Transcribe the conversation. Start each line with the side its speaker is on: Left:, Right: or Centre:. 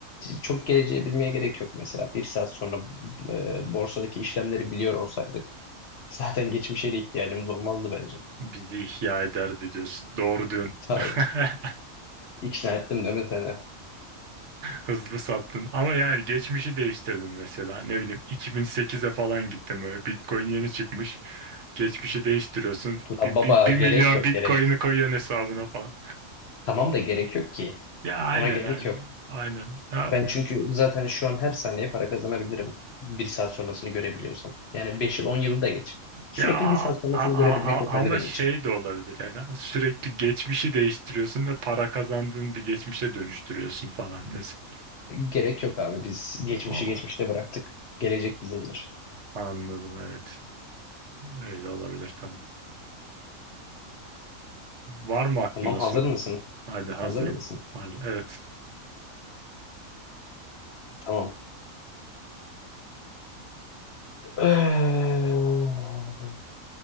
Left: çok geleceği bilmeye gerek yok mesela. Bir saat sonra e, borsadaki işlemleri biliyor olsaydık zaten geçmişe de ihtiyacımız olmazdı bence.
Right: bizi ihya ederdi diyorsun. Doğru diyorsun.
Left: Tabii.
Right: <laughs>
Left: İkna ettim değil mi seni?
Right: Hızlı sattın. Ama yani geçmişi değiştirdin mesela. Ne bileyim 2008'e falan gittin böyle. Bitcoin yeni çıkmış. Geçmişi değiştiriyorsun.
Left: La
Right: Bir,
Left: baba
Right: bir, bir milyon
Left: gerek yok
Right: Bitcoin'i
Left: gerek.
Right: koyuyorsun hesabına falan.
Left: Tamam da gerek yok ki.
Right: Ya aynen
Left: Ona gerek
Right: aynen.
Left: yok.
Right: Aynen. Ha,
Left: Ben çünkü zaten şu an her saniye para kazanabilirim. Bir saat sonrasını görebiliyorsam. Yani 5 yıl 10 yılı da geç. Sürekli
Right: Ya a-
Left: bir saat sonrasını
Right: a-
Left: görebilmek
Right: a-
Left: yeterli
Right: ama
Left: benim
Right: şey
Left: için.
Right: de olabilir yani sürekli geçmişi değiştiriyorsun ve para kazandığın bir geçmişe dönüştürüyorsun falan mesela.
Left: Gerek yok abi. Biz geçmişi
Right: O-
Left: geçmişte bıraktık. Gelecek bizimdir.
Right: Anladım evet öyle olabilir tabii. Var mı aklında
Left: Tamam hazır
Right: sorun?
Left: mısın?
Right: Hadi hazırım.
Left: Hazır mısın?
Right: Hadi, evet
Left: Tamam. <sighs>